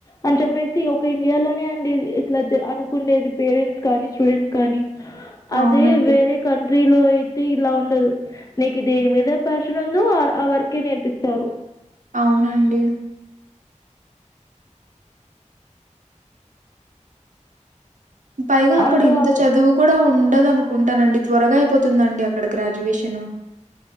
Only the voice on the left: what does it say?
అని చెప్పేసి ఒక ఇండియాలోనే అండి ఇట్లా అనుకుండేది పేరెంట్స్ కానీ స్టూడెంట్స్ కానీ అదే
వేరే కంట్రీ లో అయితే ఇలా ఉండదు నీకు దేని మీద ప్యాషన్ వుందో ఆ ఆ వర్కే నేర్పిస్తారు.
అంతే
అం